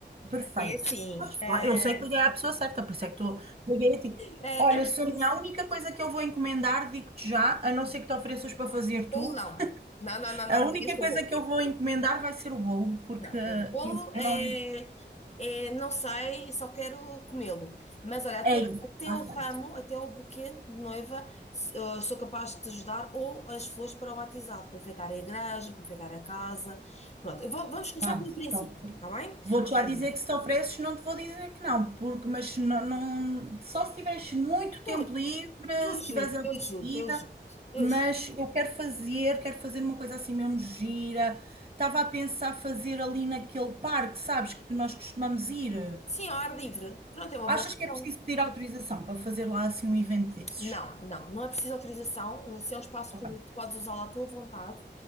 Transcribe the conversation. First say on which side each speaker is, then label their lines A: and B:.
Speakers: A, on the right; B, on the left.
A: Perfeito.
B: É assim, eh,
A: Ah, Eu sei que liguei à pessoa certa, por isso é que estou liguei a ti.
B: eh,
A: Olha,
B: é, preciso.
A: Sonia, a única coisa que eu vou encomendar, digo-te já, a não ser que te ofereças para fazer tu,
B: Bolo não. Não, não, não,
A: a
B: não, me
A: única
B: venhas com
A: coisa
B: o bolo.
A: que eu vou encomendar vai ser o bolo, porque
B: Não,
A: eu
B: o bolo
A: eu
B: é,
A: não.
B: é, não sei, só quero comê-lo. Mas olha, até,
A: É isso,
B: até
A: está
B: o
A: feito.
B: ramo, até o buquê de noiva, se- eh, sou capaz de te ajudar, ou as flores para o batizado, para enfeitar a igreja, para enfeitar a casa. Pronto, eu vou- vamos começar
A: Pá,
B: pelo princípio,
A: sofro.
B: está bem?
A: Vou-te já
B: Olha,
A: dizer que se te ofereces, não te vou dizer que não, porque, mas se não, não- só se tiveres muito tempo
B: eu,
A: livre,
B: eu ajudo,
A: se tiveres a
B: eu ajudo,
A: vida,
B: eu ajudo, eu
A: mas
B: ajudo.
A: eu quero fazer, quero fazer uma coisa assim mesmo gira. Estava a pensar fazer ali naquele parque, sabes, que nós costumamos ir.
B: Sim, ao ar livre. Pronto, é uma
A: Achas
B: boa opção.
A: que é preciso pedir autorização para fazer lá assim um evento desses?
B: Não, não, não é preciso autorização. Se é um espaço
A: Ok.
B: público, tu podes usá-lo à tua vontade.